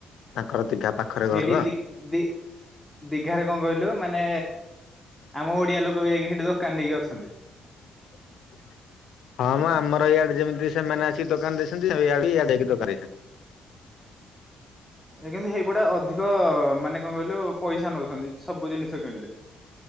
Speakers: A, on the left; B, in the centre.
A: ତାଙ୍କର ଦିଘା ପାଖରେ
B: ସେଇଠି
A: ଘର ତ।
B: ଦି ଦି ଦିଘାରେ କଣ କହିଲୁ ମାନେ ଆମ ଓଡିଆଲୋକ ବି ଯାଇକି ହେଠି ଦୋକାନ ଦେଇକି ଅଛନ୍ତି।
A: <inaudible> ହଁ
B: ହୁଁ
A: ମ ଆମର ଇଆଡେ ଯେମିତି ସେମାନେ ଆସିକି ଦୋକାନ ଦେଇଛନ୍ତି। ଇଆଡ଼େ ଇଆଡ଼େ ଯାଇକି ଦୋକାନ ଦେଇଛନ୍ତି।
B: ଏ କିନ୍ତୁ ହେଇଗୁଡା ଅଧିକ ମାନେ କଣ କହିଲୁ ପଇସା ନଉଛନ୍ତି ସବୁ ଜିନିଷ କିଣିଲେ।